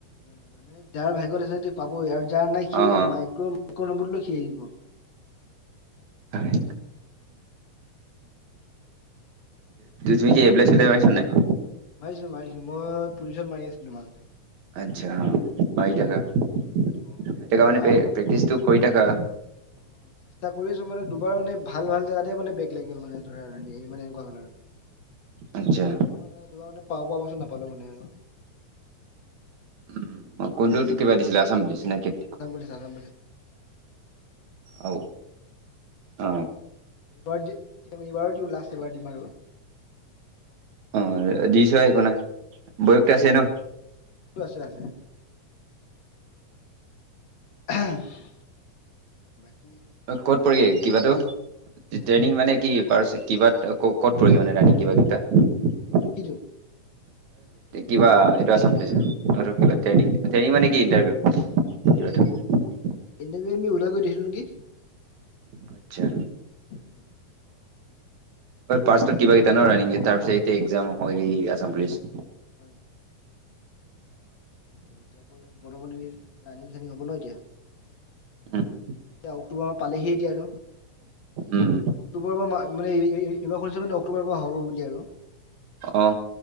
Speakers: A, on the left (about 55°); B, on the right (about 65°).
A: হয় মানুহে যাৰ ভাগ্যত আছে ত পাব আৰু যাৰ নাই সি
B: অ',
A: মাইক্ৰ মাইক্ৰ নম্বৰ কিব
B: হয়
A: হয়
B: তুমি কি হবলিল তুমি চিনি পাইছানে নাই <unintelligible>
A: মাৰিছো মাৰিছো মই পুলিচন মাৰি আছিলো মাজতে
B: আচ্ছা মাৰি থাকা
A: মানে
B: মাৰি
A: অ
B: থাক
A: এতিয়া
B: মানে
A: আৰু
B: প্ৰেকটিছ টো কৰি থাকা
A: অ চেষ্টা কৰিছো মানে দুবাৰ মানে ভাল ভাল জেগাতেই মানে বেগ লাগি গ'ল মানে ধৰা আৰু মানে এনেকুৱা হ'ল আৰু
B: আচ্ছা।
A: দুব মানে দুবাৰ মানে পাও পাওঁ বচোন <unintelligible> নাপালো মানে আৰু
B: উম ম কোনটোত কিবা দিছিলে আছাম পুলিছ নে ক'ত?
A: আছাম পুলিছ আছাম পুলিছ
B: অ অ
A: বাৰ দি কে এইবাৰো দিওঁ লাষ্ট এবাৰ দিম আৰু
B: অ দিছ একো নাই বয়স আছে ন <unintelligible>
A: ছে <unintelligible> <inaudible>
B: অ ক'ত পৰিগৈ কিবাতো ট্ৰেইনিং
A: হা
B: মানে কি পাৰ কিবা ক'ত পৰিগৈ মানে ৰানিং কিবা কেইটা <unintelligible>
A: কিটো
B: কিবা এইটো আছাম পুলিছ ট্ৰেইনিং মানে কি ইটাৰভিউ <unintelligible>
A: <unintelligible> দিছিলো নেকি?
B: আচছা।
A: <inaudible>
B: ফাৰ্ষ্টত কিবা কেইটা ন ৰাানিং তাৰ পিছত এইতিয়া এক্সাম হৈ গ আছাম পুলিচ।
A: <inaudible> আকৌ ৰানিং চনিং হব ন এতিয়া?
B: উ <unintelligible>
A: এতিয়া অক্টোবৰ মান পালেহি এতিয়া আৰু।
B: উম।
A: অক্টোবৰৰ পৰা মানে এইবাৰ শনিছো অক্টোবৰৰ পৰা হ'ব বুলি আৰু।
B: অ